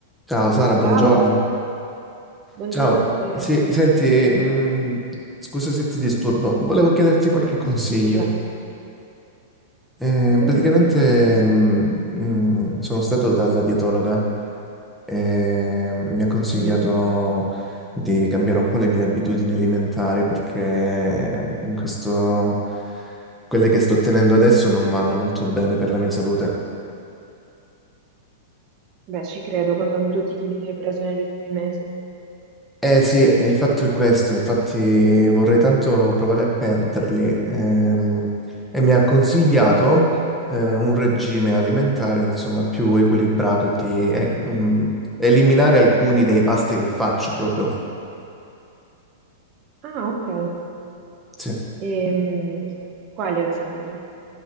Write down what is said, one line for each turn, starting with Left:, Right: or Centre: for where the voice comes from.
Centre: Ciao Sara, buongiorno.
Right: Ciao, buongiorno
Centre: Ciao.
Right: a te.
Centre: Sì, senti, mh, scusa se ti disturbo, volevo chiederti qualche
Right: Ma
Centre: consiglio.
Right: nessun problema.
Centre: Eh,
Right: Dimmi
Centre: praticamente
Right: pure.
Centre: mh, mh, sono stato dalla dietologa e mi ha consigliato
Right: Mm,
Centre: di cambiare un po' le mie abitudini alimentari perché in questo, quelle che sto tenendo adesso non vanno molto bene per la mia salute.
Right: Beh, ci credo, contando tutti i chili che hai preso negli ultimi mesi.
Centre: Eh sì, eh, il fatto è questo, infatti vorrei tanto provare a perderli. ehm, e mi ha consigliato
Right: Mhm.
Centre: eh, un regime alimentare, insomma, più equilibrato e di eh, mm, eliminare alcuni dei pasti che faccio proprio.
Right: Ah, ok.
Centre: Sì.
Right: Ehm, quali, ad esempio?